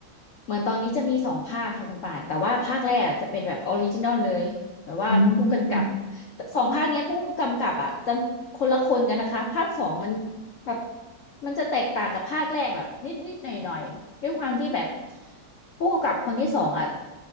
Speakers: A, on the left; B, on the left.
A: เหมือนตอนนี้จะมีสองภาคค่ะคุณป่านแต่ว่าภาคแรกอะจะเป็นแบบออริจินอลเลยแบบว่าผู้กำกับ
B: อืม
A: แต่สองภาคเนี้ยผู้กำกับอ่ะจะคนละคนกันนะคะภาคสองมันแบบมันจะแตกต่างกับภาคแรกแบบนิดนิดหน่อยหน่อยๆด้วยความที่แบบผู้กำกับคนที่สองอ่ะ